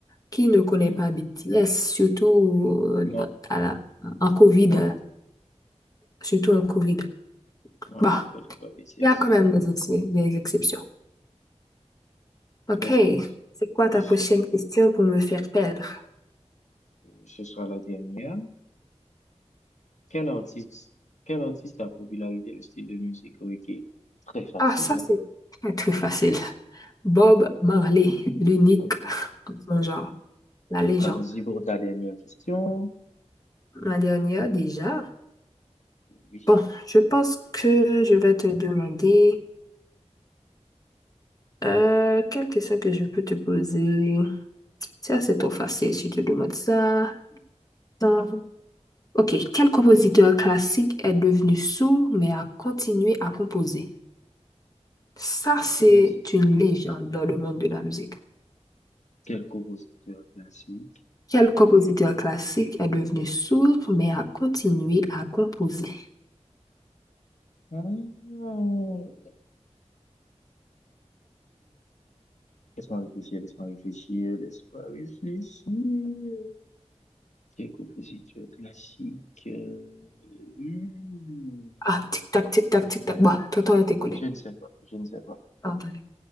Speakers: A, on the left; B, on the left.
A: Qui ne connaît
B: Hmm.
A: pas BTS, surtout euh,
B: Moi,
A: dans- à la- en COVID,
B: Moi,
A: euh, surtout
B: moi.
A: en COVID.
B: Non,
A: Bah,
B: je ne connais pas B T
A: il y
B: S
A: a quand même des, ex- des exceptions. OK.
B: Laisse penser
A: C'est quoi ta
B: que ce
A: prochaine question pour me faire perdre?
B: ce soit la dernière. Quel artiste, quel artiste a popularisé le style de musique reggae? Très facile,
A: Ah, ça,
B: hein?
A: c'est très, très facile. Bob Marley, l'unique
B: Allons-y,
A: en son genre, la légende.
B: Allons-y pour ta dernière question.
A: Ma dernière déjà.
B: Oui.
A: Bon, je pense que je vais te demander euh, quelle question que je peux te poser. Ça, c'est trop facile si je te demande ça. Attends. Ok, quel compositeur classique est devenu sourd mais a continué à composer? Ça,
B: Quel
A: c'est
B: composi-
A: une légende dans le monde de la musique.
B: quel compositeur classique?
A: Quel compositeur classique est devenu sourd mais a continué à composer?
B: Ah, oui. Laisse-moi réfléchir, laisse-moi réfléchir, laisse-moi réfléchir. Quel compositeur classique? euh, hum,
A: Ah, tic-tac, tic-tac,
B: Je,
A: tic-tac. Bah, ton temps est écoulé.
B: je ne sais pas, je ne sais pas.
A: Attendez.